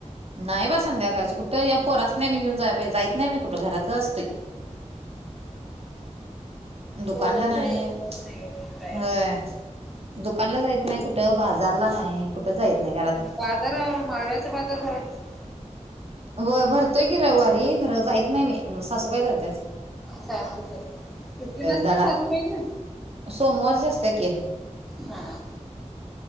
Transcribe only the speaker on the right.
नाही बा संध्याकाळचं,, कुठं या पोरास आणीनघेऊन जाय पाहिजे, जाय्तच नाही मी कुठं, घरातच असतोय. दुकानला
नाही,,
होय, दुकानला जायत नाही कुठं? बाजारला नाही कुठ? जाईत नाई,
वय भरतोय की रविवारी,, खरं जायत नाही मी, सासूबाई जात्यात
दळा
सोमवारची आसत्या की.